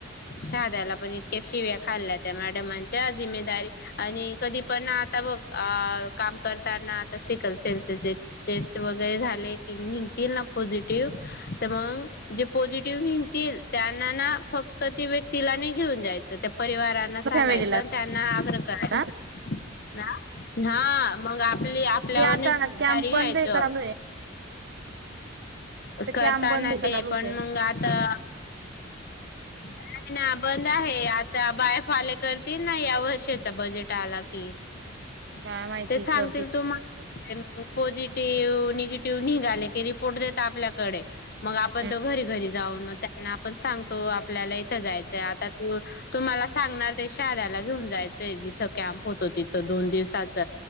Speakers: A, on the left; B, on the right.
A: शहाध्याला पण इतक्या शिव्या खाल्ल्या त्या मॅडमांच्या जिमेदारी आणि कधी पण आठ आता बघ अ काम करताना आता सिकल सेलचे जे टेस्ट वगैरे झाले कि मी तिनं नं पोझिटिव्ह तर मंग जे पॉसिटीव्ह निगतील त्यांना ना फक्त ती ते तिला घेऊन जायचं त्या परिवारांना सांगायचं
B: फॅमिलीला
A: त्यांना आग्रह करायच
B: ना
A: ह हा मग आपली आपल्यावर
B: ते आता
A: नाय
B: कॅम्प
A: <unintelligible> घ्यायच.
B: बंद आहे का चालू आहे तर
A: करताना
B: कॅम्प बंद आहे का
A: ते
B: चालूच
A: पण
B: आहे.
A: मंग आता नाही ना बंद आहे आता बायफाळे करतील ना या वर्षाचा बजेट आला की की
B: काय माहिती
A: ते सांगतील
B: करतील की
A: तुम्हाला
B: नाही
A: <unintelligible> पॉसिटीव्ह निगेटिव्ह निगेटिव्ह निघाले की रिपोर्ट देता आपल्याकडे मग आपण
B: करतील.
A: तो घरीघरी जाऊन मग त्यांना आपण सांगतो आपल्याला इथं जायचंय आता तुम्हाला सांगणार ते शाऱ्याला घेऊन जायचंय जिथं कॅम्प होतो तिथं दोन दिवसाच